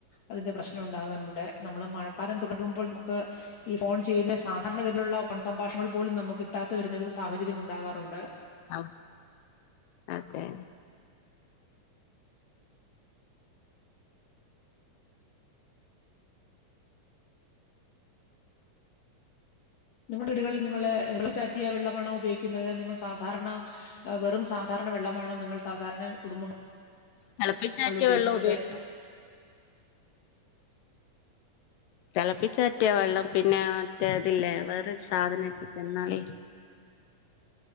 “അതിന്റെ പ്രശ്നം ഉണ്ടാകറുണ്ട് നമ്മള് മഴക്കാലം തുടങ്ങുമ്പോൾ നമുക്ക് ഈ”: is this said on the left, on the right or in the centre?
Left